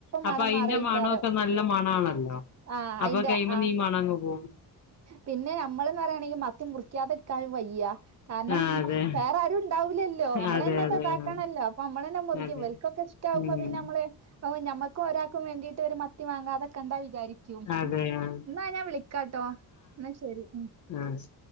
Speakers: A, on the left; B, on the right.
A: അപ്പൊ
B: മണം
A: അതിന്റെ
B: മാറയിക്കാരം
A: മണവൊക്കെ നല്ല മണം ആണല്ലോ
B: ആഹ്
A: അപ്പൊ
B: അയിന്റെ
A: കൈമേ മ്മ
B: ആ
A: മീൻ മണം അങ്ങ് പോകും
B: പിന്നെ നമ്മളെന്ന് പറയാണെങ്കിൽ മത്തി മുറിക്കാതിരിക്കാനും വയ്യ കാരണം
A: ആ അതെ
B: വേറാരും ഇണ്ടാവൂല്ലല്ലോ നമ്മള്
A: അതെ
B: തന്നെ
A: അതെ
B: ഇതാക്കണല്ലോ
A: ആ
B: അപ്പൊ നമ്മളന്നെ മുറുകിയ
A: അതെ
B: ഇവര്ക്കൊക്കെ ഇഷ്ടാകുമ്പോ
A: ഉം
B: പിന്നെ നമ്മള് അതേ ഞമ്മക്കും ഒരാൾക്കും വേണ്ടിട്ട് ഒരു മത്തി വാങ്ങാൻ നിക്കണ്ടാ വിചാരിക്കും
A: അതെ ആ
B: എന്നാ ഞാൻ വിളി ക്കാട്ടോ എന്നാ ശരി ഉം
A: ആഹ് ശരി